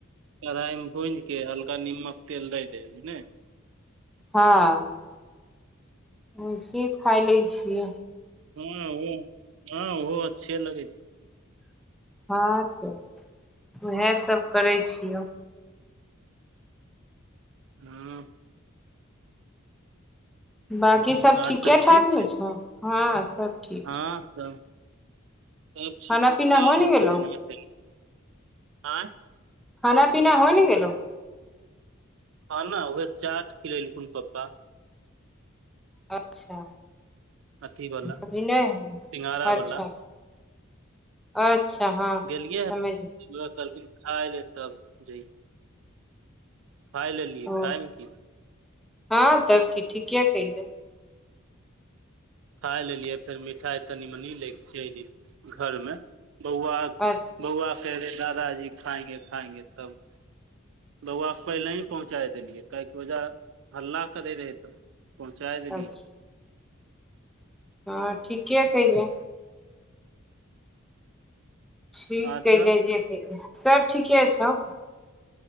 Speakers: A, on the right; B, in the centre.
A: कढ़ाइमे भूजि के हल्का निमक तेल दै देब नाय
B: हँ वैसे ई खा लै छियै
A: हँ ओ हँ ओ अच्छे लगै छै
B: हँ तऽ उएहसभ करै छियौ
A: हँ
B: बाकी सब
A: आर
B: ठीकेठाक
A: ठीक
B: ने
A: छै
B: छौ हँ सब ठीक
A: हँ
B: छै
A: सब सब
B: खाना पीना होइ ने गेलौ
A: <unintelligible> आँय
B: खाना पीना होइ ने गेलो
A: ह ने उएहे चाट खिलेलखुन पप्पा
B: अच्छा
A: अथी वाला
B: अभी नहि ह
A: सिंघाड़ा
B: अच्छाच
A: वाला
B: अच्छा हँ
A: गेलियै
B: समझ
A: ह कहलखिन खााय ले तब जैह खाय लेलियै
B: ओ
A: खाायमे की
B: हँ तब की ठीके कले
A: खा लेलियै फेर मिठाई तनी मनी ले छिय घर में बौआ बौआ
B: अच्छा
A: क रहे दादाजी खाएंगे खाएंगे तब बौआके पहिले ही पहुँचा देलियै काहेकि ओहिजा हल्ला करै रहै तऽ पहुँचाय देलीयै
B: अच्छा हँ ठीके कहिले ठीक
A: आर
B: कले
A: सब
B: जे कयले सब ठीके छौ